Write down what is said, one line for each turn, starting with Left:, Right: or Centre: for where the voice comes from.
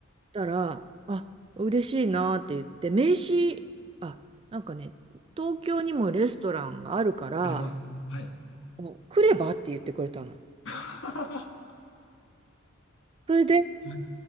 Right: たら、あ、嬉しいなって言って、名刺、あ、なんかね、東京にもレストランがあるから、
Left: あります。はい。
Right: もう来ればって言ってくれたの。
Left: <laughs> は
Right: それで、
Left: い。